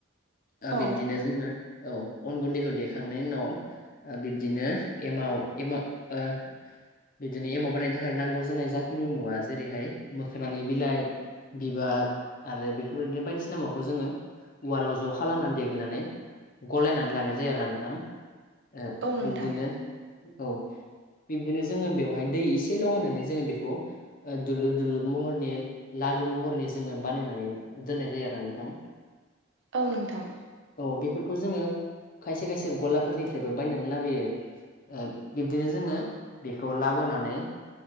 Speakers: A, on the left (about 45°); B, on the right (about 60°).
A: ओ
B: औ
A: बिब्दिनो जोङो औ अन गुन्दैखौ देखांनायनि उनाव ओ बिब्दिनो एमाव एमाव ओ बिदिनो एमाव बानायनो थाखाय नांगौ जानाय जाखिनि मुवा जेरैहाय मोखोनानि बिलाइ बिबार आरो बेफोरबायदिनो बायदिसिना माखौ जोङो उवालाव ज' खालामनानै देग्लिनानै गलायनानै लानाय जायो आरोना नोंथां ओ
B: औ नोंथां
A: बिब्दिनो औ बिबदिनो जोङो बेवहाय दै इसे लगायनानै जोङो बेखौ दुलुर दुलुर महरनि लारु महरनि जोङो बानायनानै दोननाय जायो आरो नोंथां।
B: औ नोंथां।
A: औ बिफोरखौ जोङो खायसे खायसे गलाफोरनिफ्रायबो बायनानै लाबोयो ओ बिब्दिनो जोङो बेखौ लाबोनानै